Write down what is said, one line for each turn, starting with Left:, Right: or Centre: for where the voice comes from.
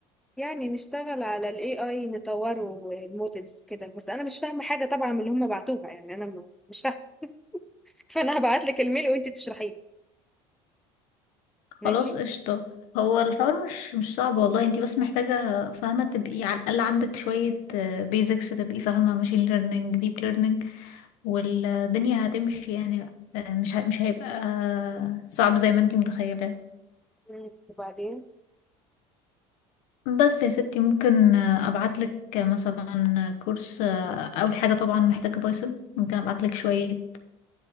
Centre: يعني نشتغل على ال AI نطوره والمودلز وكده بس أنا مش فاهمة حاجة طبعا من اللي هم بعتوها يعني أنا م- مش فاهمة <laughs> فأنا هبعتلك الميل وانتي تشرحيه
Left: خلاص
Centre: ماشي؟
Left: قشطة هو الحوار مش مش صعب والله انتي بس محتاجة فاهمة تبقي على الأقل عندك شوية بيزكس تبقي فاهمة ماشين ليرنينج ديب ليرنينج والدنيا هتمشي يعني آه، مش ه- مش هيبقى آه، صعب زي ما انتي متخيلة
Centre: مم. وبعدين؟
Left: بس يا ستي ممكن ابعت لك مثلا كورس آه، اول حاجه طبعا محتاجه بايثون ممكن ابعت لك شويه